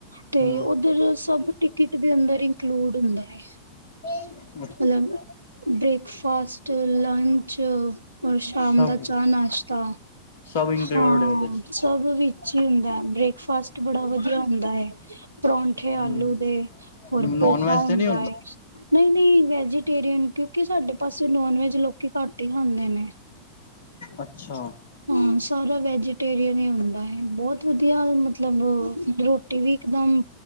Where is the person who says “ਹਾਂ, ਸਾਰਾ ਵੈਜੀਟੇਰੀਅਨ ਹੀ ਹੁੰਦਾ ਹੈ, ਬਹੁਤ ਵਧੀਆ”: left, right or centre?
Right